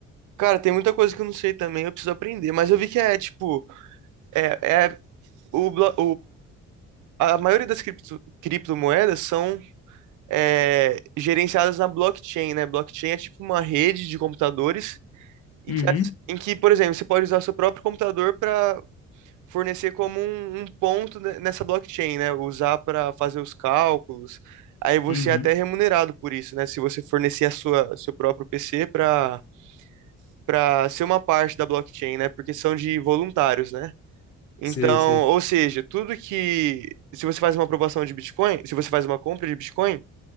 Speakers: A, on the right; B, on the left.
A: Cara, tem muita coisa que eu não sei também, eu preciso aprender, mas eu vi que é tipo, é, é o, blo- a maioria das cripto- criptomoedas são é, gerenciadas na blockchain, né? Blockchain é tipo uma rede de computadores em
B: Uhum,
A: que, as- em que, por exemplo, você pode usar seu próprio computador para fornecer como um, um ponto ne- nessa blockchain, né? Usar para fazer os cálculos. Aí você
B: uhum.
A: é até remunerado por isso, né? Se você fornecer a sua seu próprio PC para para ser uma parte da blockchain, né? Porque são de voluntários, né? Então,
B: Sei, sei.
A: ou seja, tudo que. Se você faz uma aprovação de Bitcoin, se você faz uma compra de Bitcoin,